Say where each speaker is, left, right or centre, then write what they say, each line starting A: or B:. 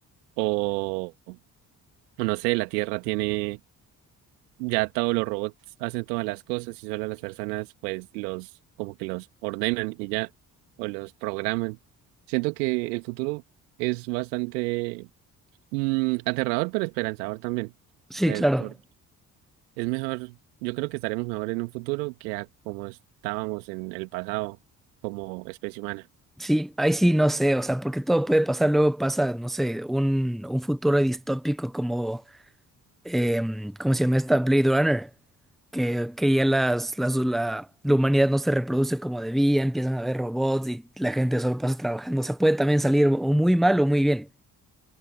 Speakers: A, on the right; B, in the centre.
A: o o no sé, la tierra tiene ya todos los robots hacen todas las cosas y solo las personas pues los como que los ordenan y ya o los programan. Siento que el futuro es bastante mm, aterrador pero esperanzador también.
B: sí,
A: Pe-
B: claro.
A: por- es mejor, yo creo que estaremos mejor en un futuro que a como estábamos en el pasado como especie humana.
B: Sí, ahí sí no sé, o sea, porque todo puede pasar, luego pasa, no sé, un, un futuro distópico como, em, ¿cómo se llama esta? Blade Runner, que, que ya las, las, la, la humanidad no se reproduce como debía, empiezan a haber robots y la gente solo pasa trabajando, o sea, puede también salir o muy mal o muy bien.